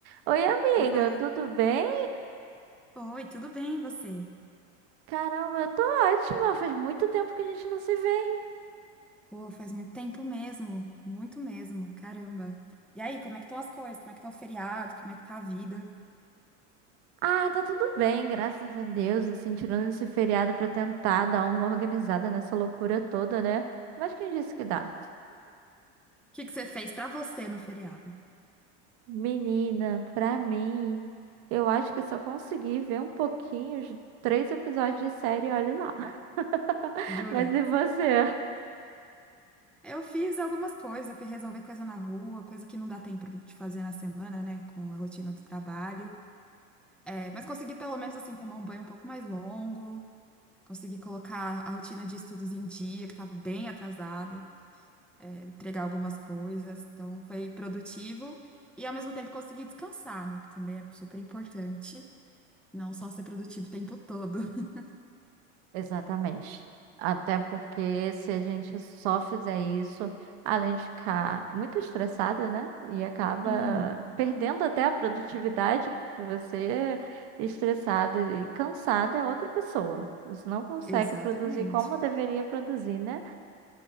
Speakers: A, on the right; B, in the centre.
A: Oi, amiga,
B: Oi, pai.
A: tudo bem?
B: Oi, tudo bem, e você?
A: Caramba, eu tô ótima. Faz muito tempo que a gente não se vê, hein?
B: Pô, faz muito tempo mesmo, muito mesmo, caramba. E aí, como é que estão as coisas? Como é que tá o feriado? Como é que tá a vida?
A: Ah, tá tudo bem, graças a Deus, assim, tirando esse feriado pra tentar dar uma organizada nessa loucura toda, né? Mas quem disse que dá?
B: O que que você fez pra você no feriado?
A: Menina, pra mim, eu acho que eu só consegui ver um pouquinho, os três episódios de série, olha lá. <laughs>
B: Jura?
A: Mas e você?
B: Eu fiz algumas coisas, eu fui resolver coisa na rua, coisa que não dá tempo de fazer na semana, né, com a rotina do trabalho. É, mas consegui pelo menos, assim, tomar um banho um pouco mais longo, consegui colocar a rotina de estudos em dia, que estava bem atrasada. é, entregar algumas coisas. Então, foi produtivo e, ao mesmo tempo, consegui descansar, né? Que também é super importante. Não só ser produtivo o tempo todo. <laughs>
A: Exatamente. Até porque se a gente só fizer isso, além de ficar muito estressada, né? E acaba
B: Uhum.
A: perdendo até a produtividade, porque você é estressada e cansada é outra pessoa. Você não consegue
B: Exatamente.
A: produzir como deveria produzir, né?